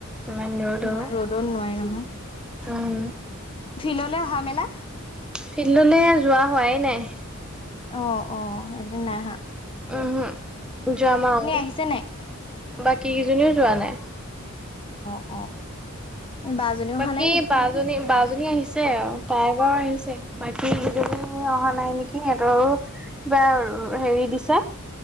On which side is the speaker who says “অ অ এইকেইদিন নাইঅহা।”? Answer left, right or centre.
Left